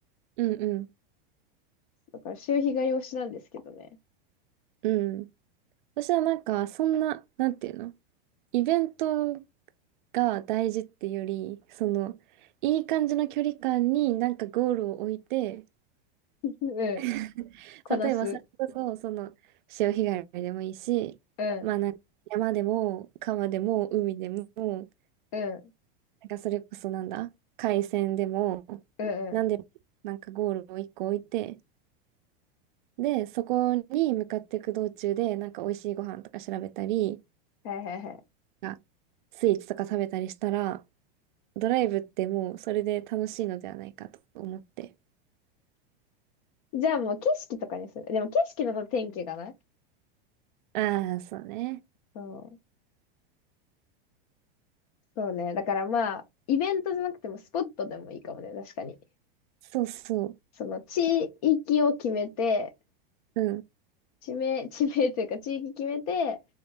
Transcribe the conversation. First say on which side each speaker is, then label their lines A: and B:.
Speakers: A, on the right; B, on the left.
A: んうん
B: だから潮干狩り推しなんですけどね。
A: うん。私はなんか、そんな、なんていうのイベントが大事ってより、その、いい感じの距離感になんかゴールを置いて、
B: <laughs> うん、
A: <laughs>
B: こなす。
A: 例えばそれこそ、その潮干狩りでもいいし、
B: うん、
A: まあなんか山でも川でも海でも、なん
B: うん、
A: かそれこそなんだ、海鮮でも、
B: うん、
A: なんでもなんかゴールを一個置いて、
B: う
A: で、そこに向かっていく道中で、なんか美味しいご飯とか調べたり、
B: ん。はいはいは
A: なんかスイーツとか食べたりしたら、ドライブってもうそれで楽しいのではないかと思って。
B: い。じゃあもう景色とかにする。でも景色だと天気がない
A: ああ、そうね。
B: そう。そうね。だからまあ、イベントじゃなくてもスポットでもいいかもね、確かに。
A: そうそう。
B: その地域を決めて、
A: うん。
B: 地名、<laughs> 地名というか地域決めて、